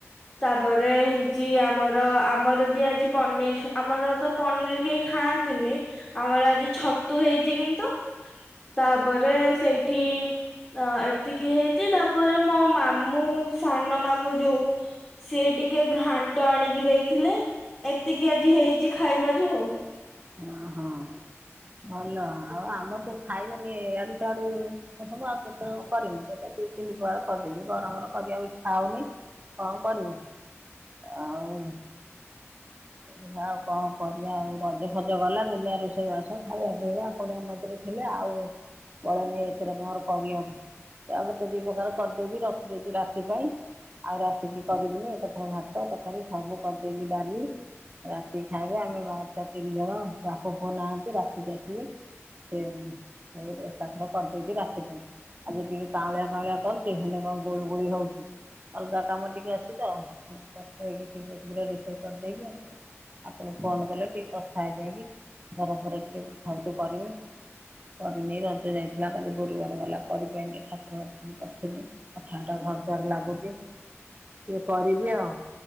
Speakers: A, on the left (about 30°); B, on the right (about 35°).
A: ତାପରେ ହେଇଛି ଆ ଆମର ଆମର ବି ଆଜି ପନିର୍ ଆମର ତ ପନିର୍ କେହି ଖାଆନ୍ତିନି ଆମର ଆଜି ଛତୁ ହେଇଚି କିନ୍ତୁ ତାପରେ ସେଇଠି ଏତିକି ହେଇଚି। ତାପରେ ମୋ ମାମୁଁ ସାନ ମାମୁଁ ଯୋଉ ସିଏ ଟିକେ ଘା ଣ୍ଟ ଆଣିକି ଦେଇଥିଲେ। ଏତିକି ଆଜି ହେଇଛି ଖାଇବାରେ ଆଉ।
B: ହଁ। ହଁ। ଭଲ ଆଉ। ଆମ ତ କେହି ଖାଇବେନି ଏଇଆଡ଼ୁ ସେଆଡ଼ୁ ସବୁ ଆଉ କେତେବେଳେ କଣ କରିମୁ। ସେଥିପାଇଁ ଦି ତିନି ପ୍ରକାର କରିଦେଇଚି। ଗରମରେ କରିବାକୁ ଇଚ୍ଛା ହଉନେଇ କଣ କରିମୁଁ। ଆଉ ଏହା ଆଉ କଣ କରିବା ଆଉ। ରଜ ଫଜ ଗଲା ଦୁନିଆ ରୋଷେଇ ବାସ ଖାଇବା ପିଇବା କୁଣଆ ମୈତ୍ର ଥିଲେ। ଆଉ ବଳ ନାଇଁ ଏତେ ରକମର କରିବାକୁ। ତାପରେ ଦି ପ୍ରକାର କରିଦେଇଛି ରଖିଦେଇଛି ରାତି ପାଇଁ ଆଉ ରାତି କିି କରିବିନି ଏକାଥରେ ଭାତ ତରକାରୀ ସବୁ କରିଦେଇଛି ଡାଲି ରାତିକି ଖାଇବେ ଆମେ ମାଆ ଛୁଆ ତିନି ଜଣ। ବାପ ପୁଅ ନାହାଁନ୍ତି ରାତିକି ଆସିବେ। ସେଇ ଏକାଥରେ କରିଦେଇଛି ରାତି ପାଇଁ। ଆଜି ଟିକେ କାଉଁଳିଆ କାଉଁଳିଆ କରୁଛି ହେଲେ କଣ ଗୁଳୁଗୁଳି ହଉଚି। ଅଲଗା କାମ ଟିକେ ଅଛି ତ ତାର ହେଇକି ଶୀଘ୍ର ଶୀଘ୍ର ରୋଷେଇ କରିଦେଇକି ଆ ଆପଣ ଫୋନ କଲେ ଟିକେ କଥା ହେଇଯାଇକି ଘର ଫର ଟିକେ ପୋଛାପୁଛି କରିମି। କରିନେଇ ରଜ ଯାଇଥିଲା କାଲି ଗୁରୁବାର ଗଲା କରି ପାଇଲିନି ଠାକୁର ଘର ଖାଲି କରିଥିଲି। ଅଠା ଅଠା ଘର ଦୁଆର ଲାଗୁଛି। ଟିକେ କରିବି ଆଉ